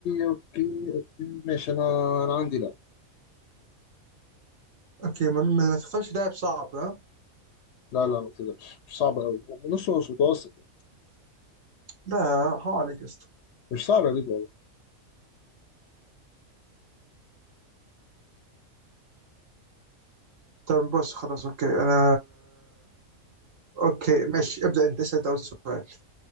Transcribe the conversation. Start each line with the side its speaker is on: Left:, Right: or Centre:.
Left: اوكي اوكي ماشي انا انا عندي لا
Right: اوكي ما, ما ما تختارش لاعب صعب ها
Left: لا لا ما تقدرش مش صعبه قوي نص نص متوسط يعني.
Right: لا حرام عليك يا اسطى
Left: مش صعبه دي والله
Right: طب بص خلاص اوكي انا اوكي ماشي ابدا انت اسال ده أول سؤال